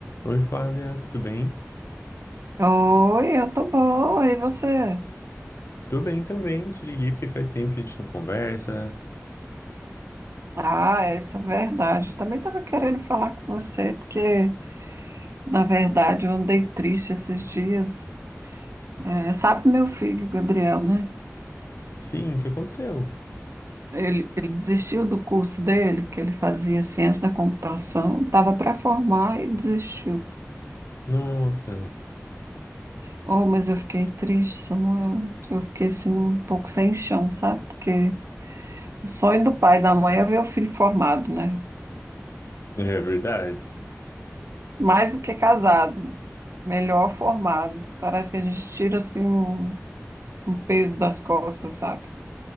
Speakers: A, on the left; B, on the right.
A: Oi, Flávia, tudo bem?
B: Oi, eu tô boa, e você?
A: Tô bem também, te liguei porque faz tempo que a gente não conversa.
B: Ah, isso é verdade. Eu também estava querendo falar com você, porque, na verdade, eu andei triste esses dias. É, sabe meu filho, Gabriel, né?
A: Sim, o que aconteceu?
B: Ele, ele desistiu do curso dele, que ele fazia ciência da computação, estava para formar e desistiu.
A: Nossa,
B: Oh, mas eu fiquei triste, Samuel. Eu fiquei, assim, um pouco sem chão, sabe? Porque o sonho do pai e da mãe é ver o filho formado, né?
A: é verdade.
B: Mais do que casado, melhor formado. Parece que a gente tira assim um, um peso das costas, sabe?